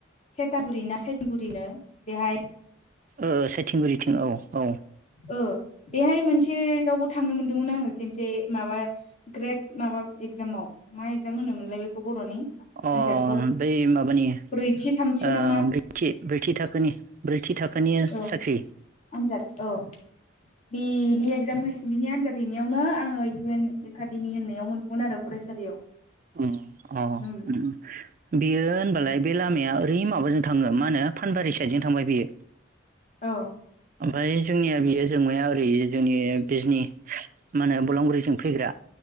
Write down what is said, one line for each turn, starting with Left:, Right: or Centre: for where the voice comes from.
Left: सेतागुरि ना साइतिगुरिनो बेहाय?
Right: ओ साइथिंगुरिथिं औ औ।
Left: ओ। बेहाय मोनसेयावबो थांनो मोनदोंमोन आङो खेनसे माबा ग्रेट माबा एगजामाव। मा एगजाम होनोमोनलाय बेखौ बर'नि?
Right: अ
Left: आनजादखौ
Right: बै माबानि
Left: ब्रैथि थामथि
Right: ओ‌
Left: ना मा
Right: ब्रैथि ब्रैथि थाखोनि ब्रैथि थाखोनि
Left: औ
Right: साख्रि
Left: आनजाद औ बेनि एगजाम बिनि आनजाद हैनायावनो आङो इउ एन एकादेमि होननायाव मोनदोंमोन आरो फरायसालियाव।
Right: ओम अ ओम
Left: उम
Right: बेयो होनबालाय बे लामाया ओरै माबाजों थाङो मा होनो फानबारि साइदजों थांबाय बियो।
Left: औ।
Right: ओमफाय जोंनिया बियो जोंमाया ओरै जोंनि बिजनि मा होनो बलांगुरिजों फैग्रा।